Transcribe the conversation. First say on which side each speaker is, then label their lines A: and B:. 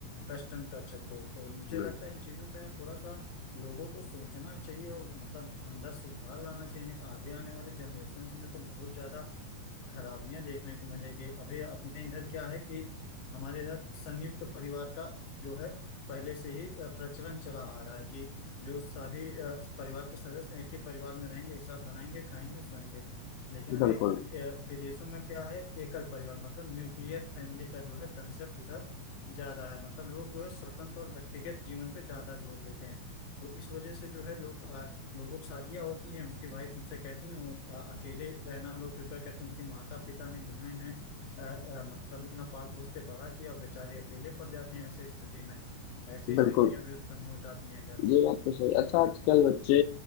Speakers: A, on the left; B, on the left.
A: वेस्टर्न कल्चर को तो मुझे
B: हम्म,
A: लगता है इन चीजों पे यार थोड़ा सा लोगों को सोचना चाहिए और मतलब अंदर सुधार लाना चाहिए नहीं तो आगे आने वाले जनरेशन में तो बहुत ज्यादा खराबियां देखने को मिलेगी अभी अपने इधर क्या है कि हमारे इधर संयुक्त परिवार का जो है पहले से ही अ, प्रचलन चला आ रहा है कि जो सभी अ, परिवार के सदस्य एक ही परिवार में रहेंगे एक साथ बनाएंगे खाएंगे सोएंगे लेकिन
B: बिल्कुल
A: अभी अ, विदेशों में क्या है एकल परिवार मतलब न्यूक्लियर फैमिली का जो है कंसेप्ट उधर ज्यादा है मतलब लोग जो है स्वतंत्र और व्यक्तिगत जीवन पे ज्यादा जोर देते हैं तो इस वजह से जो है लोग लोगों की शादियाँ होती हैं उनकी वाइफ उनसे कहती हैं वो अ, अकेले रहना लोग प्रेफर करते हैं उनके माता पिता ने जिन्होंने इन्हें, अ, अ, मतलब इतना पाल पोस के बड़ा किया और बेचारे अकेले पड़ जाते हैं ऐसे स्थिति में ऐसी
B: बिल्कुल
A: स्थितियां भी उत्पन्न हो जाती हैं घर में
B: ये बात तो सही
A: हम्म।
B: अच्छा आजकल बच्चे